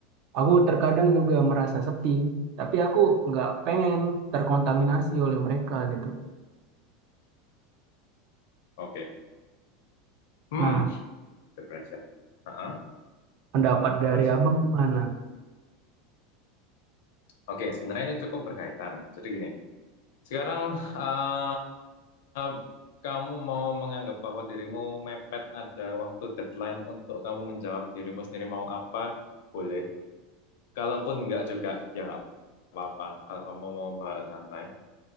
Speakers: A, on the right; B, on the left.
A: aku terkadang juga merasa sepi, tapi aku nggak pengen terkontaminasi oleh mereka gitu.
B: Oke. Hmm.
A: Nah,
B: Pressure. Heeh.
A: pendapat dari
B: Terus?
A: abang gimana?
B: Oke. Sebenarnya ini cukup berkaitan. Jadi gini. Sekarang eh, eh, kamu mau menganggap bahwa dirimu mepet ada waktu deadline untuk kamu menjawab dirimu sendiri mau apa? Boleh. Kalaupun enggak juga ya nggak apa-apa kalau kamu mau bahas santai.